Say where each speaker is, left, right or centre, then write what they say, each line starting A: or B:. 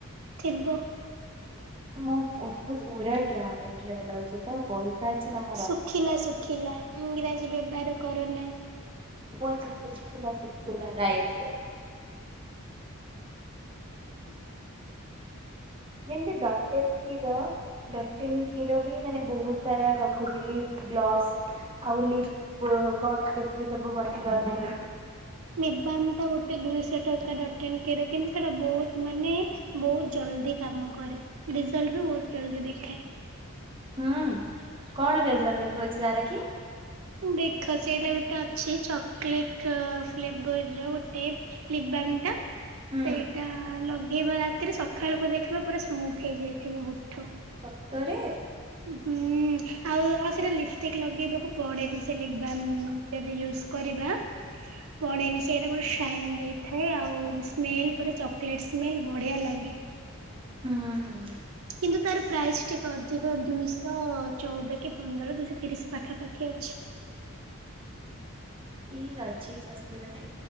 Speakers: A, on the right; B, on the right.
A: ଥିବ।
B: ମୋ ଓଠ ପୁରା ଡ୍ରାଏ ଡ୍ରାଏ ଲାଗୁଛି ତ। ପଇସା ଅଛି ତମ
A: ଶୁଖିଲା ଶୁଖିଲା ଇଂରାଜୀ ବ୍ୟବହାର କର ନାହିଁ।
B: <unintelligible> ଥିଲା ଶୁଖିଲା ରାଇଟ ରାଇଟ।
A: ହୁଁ।
B: ଯେମିତି ଡଟେନ୍ କ୍ଷୀର ଡଟେନ କ୍ଷୀର ବି ମାନେ ବହୁତ ସାରା ରଖୁଥିଲି। ଗ୍ଲସ୍ ଆଉ ଲିପ କଣ କେମିତି ସବୁ ବନେଇବା ପାଇଁ।
A: ନିବାମ ଟା ଗୋଟେ ଦୁଇଶହ ଟଙ୍କା ଡଟ୍ ଆଣ୍ଡ କି ର ସେଟା ବହୁତ ମାନେ ବହୁତ ଜଲଦି କାମ କରେ ରେଜଲ୍ଟ ବି ବହୁତ ଜଲଦି ଦେଖାଏ।
B: ହୁଁ କଣ ରେଜଲ୍ଟ ଦେଖଉଛି ତାର କି?
A: ଦେଖ ସେଇଟା ଗୋଟେ ଅଛି ଚକୋଲେଟ ଫ୍ଲେବର ଗୋଟେ ଲିିବାମ୍ ଟା।
B: ହୁଁ।
A: ସେଇଟା ଲଗେଇବ ରାତିରେ ସକାଳକୁ ଦେଖିବ ପୁରା ସ୍ମୁଥ ହେଇଯାଇଥିବ ଓଠ।
B: ସତରେ?
A: ହୁଁ ଆଉ ଆଉ ସେଇଟା ଲିପଷ୍ଟିକ ଲଗେଇବାକୁ ପଡେନି ସେ ଲିବାମ ଯଦି ୟୁ କରିବା। ପଡେନି ସେଇଟା ଗୋଟେ ସାଇନ ଦେଇଥାଏ। ଆଉ ସ୍ମେଲ ପ ଚକୋଲେଟ ସ୍ମେଲ ବଢିଆ ଲାଗେ।
B: ହୁଁ
A: କିନ୍ତୁ ତାର ପ୍ରାଇସ୍ ଟିକେ ଅଧିକ ଦୁଇଶହ ଚଉଦ କି ପନ୍ଦର ଦୁଇଶହ ତିରିଶ ପାଖାପାଖି ଅଛି।
B: ଠିକ୍ ଅଛି ସକୃତାନେ।